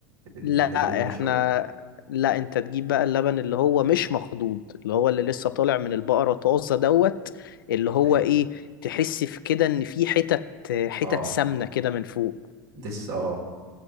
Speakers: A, on the right (about 60°); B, on the left (about 80°).
A: بن...
B: لا
A: بنغليه وبنشربه
B: احنا لا انت تجيب بقى اللبن اللي هو مش مخضوض اللي هو اللي لسه طالع من البقرة طازة دوت اللي هو
A: ايوه
B: ايه تحس في كده ان في حتت حتت
A: اه
B: سمنة كده من فوق
A: لسه اه